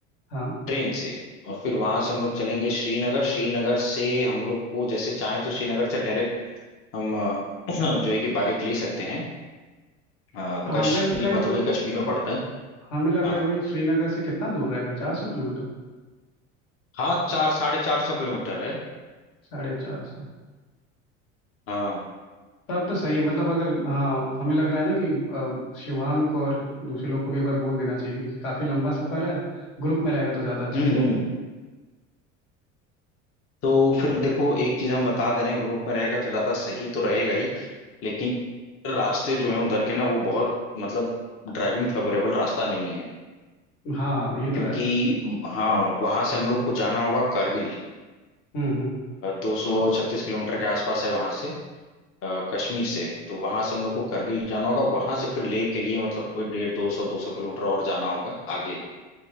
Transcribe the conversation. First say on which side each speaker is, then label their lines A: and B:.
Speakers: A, on the left; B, on the left.
A: हाँ
B: ट्रेन से और फिर वहां से हम लोग चलेंगे श्रीनगर श्रीनगर से हम लोग को जैसे चाहे तो श्रीनगर से डायरेक्ट हम अ, <clears throat> जो है कि बाइक ले सकते हैं अ,
A: तो
B: कश्मीर
A: हमें लग रहा है
B: मतलब
A: कि
B: वही कश्मीर में पड़ता है
A: हमें लग
B: हाँ
A: रहा है वही श्रीनगर से कितना दूर रहेगा चार सौ किलोमीटर
B: हाँ चार साढ़े चार सौ किलोमीटर है
A: साढ़े चार सौ
B: हाँ
A: तब तो सही है मतलब अगर हाँ हमें लग रहा है ना कि अ, शिवांग को और दूसरे लोग को भी एक बार बोल देना चाहिए क्योंकि काफ़ी लंबा सफ़र है ग्रुप में रहेगा तो ज़्यादा अच्छा
B: हम्म
A: लगेगा
B: हम्म। तो फिर देखो एक चीज हम बता दे रहे हैं ग्रुप में रहेगा तो ज्यादा सही तो रहेगा ही लेकिन रास्ते जो हैं उधर के ना वो बहुत मतलब ड्राइविंग फेवरेबल रास्ता नहीं है
A: हाँ ये तो
B: क्योंकि
A: है
B: हाँ वहां से हम लोग को जाना होगा कारगिल
A: हम्म हम्म
B: दो सौ छत्तीस किलोमीटर के आसपास है वहां से अ, कश्मीर से तो वहां से हम लोग को कारगिल जाना होगा वहां से फिर लेह के लिए मतलब कोई डेढ़ दो सौ दो सौ किलोमीटर और जाना होगा आगे